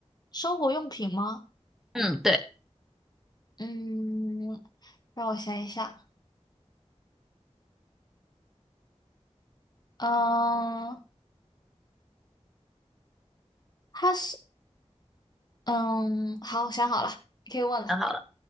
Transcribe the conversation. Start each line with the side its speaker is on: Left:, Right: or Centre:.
Left: 生活用品吗？
Centre: 嗯，对，
Left: 嗯，让我想一下。嗯，它是嗯，好，想好了，你可以问了。
Centre: 想好了，